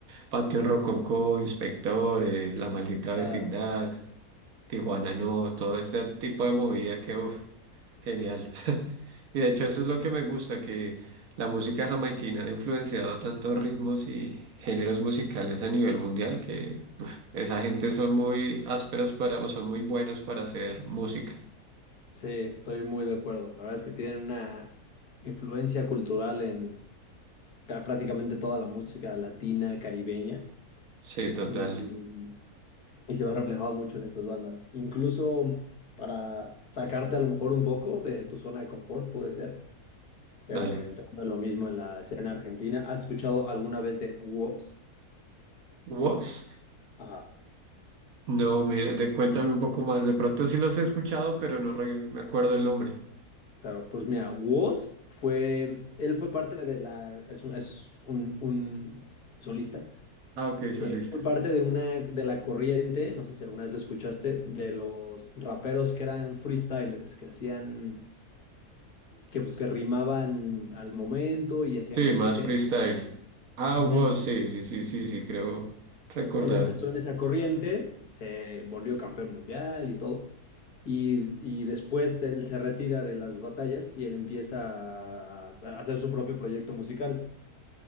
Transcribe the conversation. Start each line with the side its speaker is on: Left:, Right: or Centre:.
Right: Panteón Rococó, Inspector, eh, La Maldita
Left: Claro.
Right: Vecindad, Tijuana No, todo este tipo de movida que, uff, genial. Y de hecho eso es lo que me gusta, que la música jamaiquina ha influenciado tantos ritmos y géneros musicales a nivel mundial que uf, esa gente son muy ásperos para, o son muy buenos para hacer música.
Left: Sí, estoy muy de acuerdo. La verdad es que tienen una influencia cultural en ca- prácticamente toda la música latina, caribeña.
Right: Sí, total.
Left: Y, mm, y se ve reflejado mucho en estas bandas. Incluso para sacarte a lo mejor un poco de tu zona de confort, puede ser, pero
Right: Dale.
Left: entrando en lo mismo en la escena argentina, ¿has escuchado alguna vez de Woz?
Right: ¿Wosk?
Left: Ajá,
Right: No, mira, de- cuéntame un poco más. De pronto sí los he escuchado, pero no re- me acuerdo el nombre.
Left: claro, pues mira, Woz fue, él fue parte de la, es un, es un, un solista.
Right: Ah, ok,
Left: eh,
Right: solista.
Left: fue parte de una de la corriente, no sé si alguna vez lo escuchaste, de los raperos que eran freestylers, que hacían que pues que rimaban al momento y hacían
Right: Sí,
Left: competencias.
Right: más freestyle. Ah,
Left: Ujú.
Right: Wosk, sí, sí, sí, sí, sí, creo recordar.
Left: Él empezó en esa corriente, se volvió campeón mundial y todo, y, y después él se retira de las batallas y él empieza a hacer a hacer su propio proyecto musical.